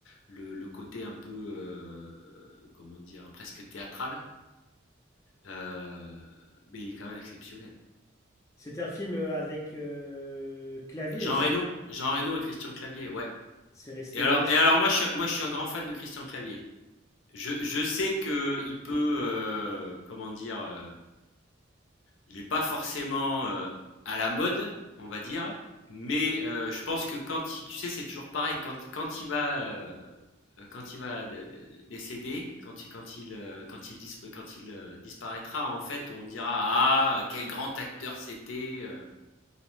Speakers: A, on the left; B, on the left.
A: le le côté un peu, heu, comment dire? Presque théâtral, heu, mais il est quand même exceptionnel.
B: C'était un film avec euh, clavier
A: Jean
B: aussi.
A: Reno Jean Reno et Christian Clavier, ouais.
B: C'est resté,
A: Et alors,
B: oui, c'est
A: et alors moi, je suis, moi, je suis un grand fan de Christian Clavier. Je, je sais que il peut, euh, comment dire, euh, il n'est pas forcément euh, à la mode, on va dire, mais euh, je pense que quand il, tu sais, c'est toujours pareil, quand, quand il va, euh, euh, quand il va dé- dé- décéder, quand il, quand il, euh, quand il, disp- quand il euh, disparaîtra, en fait, on dira ah quel grand acteur c'était euh,